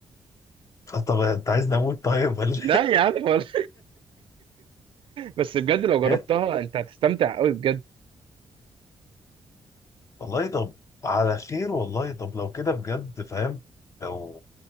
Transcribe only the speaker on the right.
لا يا عم ولا. بس بجد لو جربتها
انت هتستمتع قوي بجد